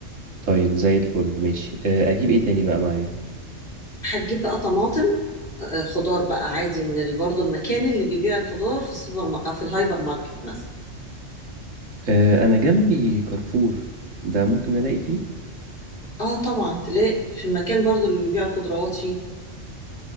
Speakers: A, on the right (about 85°); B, on the left (about 45°).
A: طيب زي الفل ماشي آه، اجيب ايه تاني بقى معايا
B: هتجيب بقى طماطم آه، خضار بقى عادي من ال- برضه المكان اللي بيبيع الخضار في السوبر م... أو في الهايبر ماركت مثلا
A: آه، انا جنبي كارفور ده ممكن الاقي فيه
B: اه طبعا تلاقي في المكان برضه اللي بيبيع الخضروات فيه